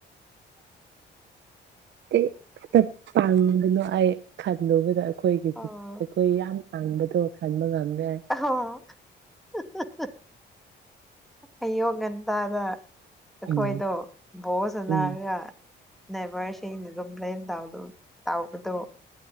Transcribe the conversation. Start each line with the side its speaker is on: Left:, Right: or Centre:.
Right: ꯀꯩ ꯇꯝ ꯄꯥꯡꯕꯅꯣ ꯑꯩ ꯈꯜꯂꯨꯕꯗ ꯑꯩꯈꯣꯏꯒꯤ
Centre: ꯑꯣ
Right: ꯑꯩꯈꯣꯏ ꯌꯥꯝ ꯀꯥꯡꯕꯗꯣ ꯈꯟꯕ ꯉꯝꯃꯦ
Centre: ꯑꯍꯣ <unintelligible> ꯑꯌꯨꯛ ꯉꯟꯇꯥꯗ ꯑꯩꯈꯣꯏꯗꯣ
Right: ꯎꯝ
Centre: ꯚꯣꯜ ꯁꯥꯟꯅꯔꯒ
Right: ꯎꯝ
Centre: ꯅꯥꯏꯚꯔꯁꯤꯡꯗꯒ ꯀꯝꯄ꯭ꯂꯦꯟ ꯇꯧ ꯇꯥꯎꯕꯗꯣ